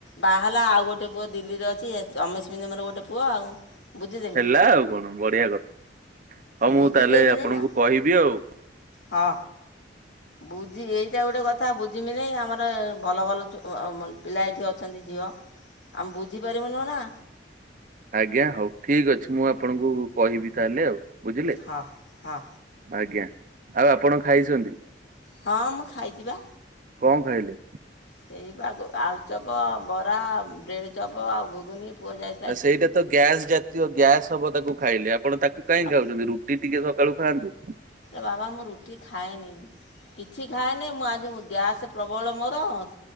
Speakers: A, on the left; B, on the right.
A: ବା ହେଲା ଆଉ ଗୋଟେ ପୁଅ ଦିଲ୍ଲୀରେ ଅଛି ତମେ ସେମିତି ଗୋଟେ ପୁଅ ଆଉ। ବୁଝିଦେମି
B: ହେଲା ଆଉ କଣ ବଢିଆ କଥା ହଁ ମୁଁ
A: ବୁଝିଦେବିନି
B: ତାହେଲେ ଆପଣଙ୍କୁ
A: ନା
B: କହିବି ଆଉ।
A: ହଁ। ବୁଝି ଏଇଟା ଗୋଟେ କଥା ବୁଝମି ନାଇ ଆମର ଭଲ ଭଲ ପିଲା ଏଠି ଅଛନ୍ତି ଝିଅ। ଆମେ ବୁଝିପାରିବୁନି ନା।
B: ଆଜ୍ଞା ହଉ ଠିକ ଅଛି ମୁଁ ଆପଣଙ୍କୁ କହିବି ତାହଲେ ଆଉ ବୁଝିଲେ।
A: ହଁ ହଁ
B: ଆଜ୍ଞା ଆଉ ଆପଣ ଖାଇଛନ୍ତି।
A: ହଁ ମୁଁ ଖାଇଚିବା।
B: କଣ ଖାଇଲେ?
A: ସେଇ ବା ଆଳୁଚପ ବରା ବଡେଡ ଚପ ଆଉ ଘୁଘୁନି ପୁଅ ଯାଇ
B: ଆ ସେଇଟା ତ ଗ୍ୟାସ୍ ଜ ଗ୍ୟାସ୍ ହବ ତାକୁ ଖାଇଲେ ଆପଣ ତାକୁ କାଇହିଁ
A: ଆଉ
B: ଖାଉଛନ୍ତି ରୁଟି ଟିକେ ସକାଳୁ ଖାଆନ୍ତୁ।
A: ବାବା ମୁଁ ରୁଟି ଖାଏନି। କିଛି ଖାଏନି ମୁଁ ଆଜି ଗ୍ୟାସ୍ ପ୍ରବଳ ମୋର ମୁଁ